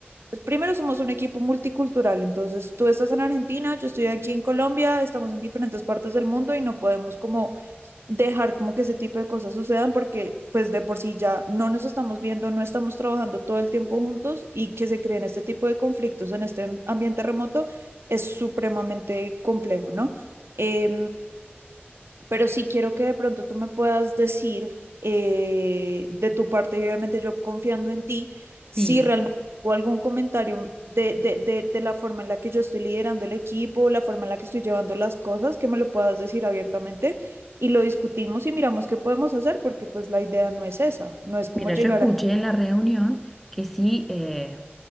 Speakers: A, on the right; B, in the centre.
A: pues primero somos un equipo multicultural, entonces tú estás en Argentina, yo estoy aquí en Colombia, estamos en diferentes partes del mundo y no podemos como dejar como que ese tipo de cosas sucedan porque pues de por sí ya no nos estamos viendo, no estamos trabajando todo el tiempo juntos y que se creen este tipo de conflictos en este ambiente remoto es supremamente complejo, ¿no? Eh, pero sí quiero que de pronto tú me puedas decir eh, de tu parte, y obviamente yo confiando en ti, si
B: Sí,
A: realmente o algún comentario de, de, de, de la forma en la que yo estoy liderando el equipo, la forma en la que estoy llevando las cosas, que me lo puedas decir abiertamente y lo discutimos y miramos qué podemos hacer, porque pues la idea no es esa, no es como
B: Mira,
A: llegar
B: yo escuché
A: a...
B: en la reunión que sí, eh,